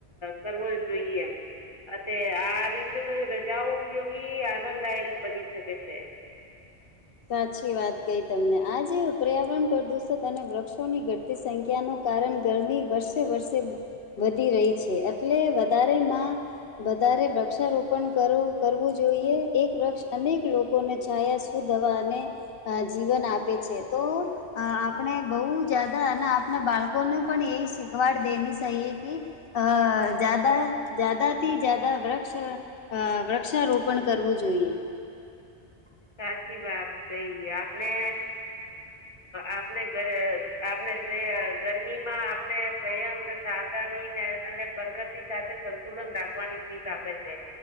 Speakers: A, on the left; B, on the left.
A: કરવો જોઈએ. અ આ રીતે તો રજાઓ ઉપયોગી આનંદદાયક બની શકે છે. <inaudible>
B: સાચી વાત કહી તમને આજે પર્યાવરણ પ્રદૂષણ અને વૃક્ષોની ઘટતી સંખ્યાનો કારણ ગરમી વર્ષે વર્ષે વધી રહી છે એટલે વધારેમાં વધારે વૃક્ષારોપણ કરવું કરવું જોઈએ એક વૃક્ષ અનેક લોકોને છાયા સુ દવા અને જીવન આપે છે તો આપણે બહુ જદા અને આપ બાળકોને પણ એ શીખવાડ દેની છે કે જાદાથી જાદાથી જ્યાદા વૃક્ષ વૃક્ષારોપણ કરવું જોઈએ.
A: <inaudible> સાચી વાત કહી આપને આપને ઘરે આપને ગરમી માં આપને સંયમ સાવધાની અને પ્રગતિ સાથે સંતુલન રાખવાની શીખ આપે છે.